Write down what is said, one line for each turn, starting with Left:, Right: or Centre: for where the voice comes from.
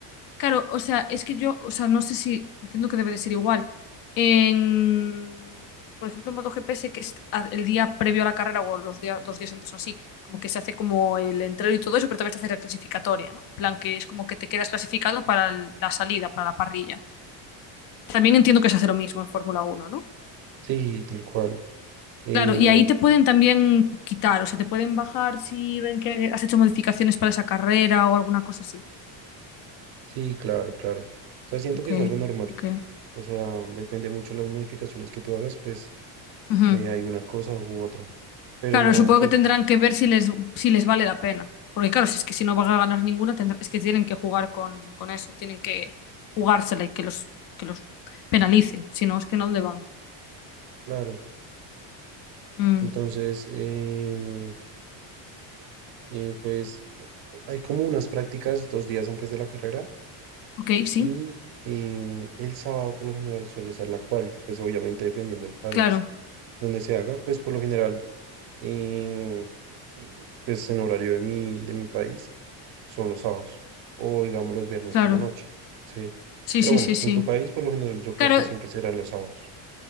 Left: Claro, o sea, es que yo, o sea, no sé si entiendo que debe de ser igual. En, por ejemplo, en MotoGP sé que es a- el día previo a la carrera o los días, dos días antes o así, como que se hace como el entreno y todo eso, pero también se hace la clasificatoria, ¿no? En plan, que es como que te quedas clasificado para el- la salida, para la parrilla. También entiendo que se hace lo mismo en Fórmula Uno, ¿no?
Right: Sí, tal cual. Em,
Left: Claro, y ahí te pueden también quitar, o sea, te pueden bajar si ven que has hecho modificaciones para esa carrera o alguna cosa así.
Right: sí, claro, claro. O sea, siento
Left: Ok,
Right: que es algo normal.
Left: ok.
Right: O sea, depende mucho las modificaciones que tú hagas, pues
Left: Ujú.
Right: eh, hay una cosa u otra. Pero,
Left: Claro, supongo
Right: pero
Left: que tendrán que ver si les, si les vale la pena. Porque claro, si es que si no van a ganar ninguna, tendrá- es que tienen que jugar con, con eso, tienen que jugársela y que los, que los penalicen. Si no, es que no, ¿dónde van?
Right: Claro,
Left: Mm,
Right: entonces, em, eh, pues hay como unas prácticas dos días antes de la carrera
Left: Ok, sí,
Right: y em, el sábado por lo general suele ser la quali, pues obviamente dependiendo del país
Left: claro,
Right: donde se haga, pues por lo general, em, eh, pues en horario de mi, de mi país son los sábados o digamos los viernes
Left: claro.
Right: por la noche, sí.
Left: Sí,
Right: Pero
Left: sí,
Right: bueno,
Left: sí, sí.
Right: en tu país por lo general yo creo
Left: Claro,
Right: que siempre serán los sábados,